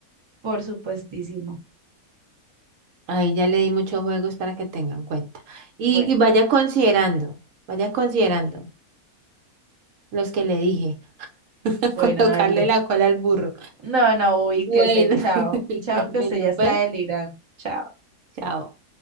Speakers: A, on the right (about 30°); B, on the right (about 70°).
A: por supuestísimo.
B: Ahí ya le di muchos juegos para que tengan cuenta. Y,
A: Bueno,
B: y vaya considerando, vaya considerando los que le dije. <laughs>
A: bueno,
B: Colocarle
A: dale.
B: la cola al burro.
A: No, no, ubíquese,
B: Bueno,
A: chao.
B: <laughs>
A: Chao, que
B: bueno,
A: usted ya está
B: pues,
A: delirando. Chao.
B: chao.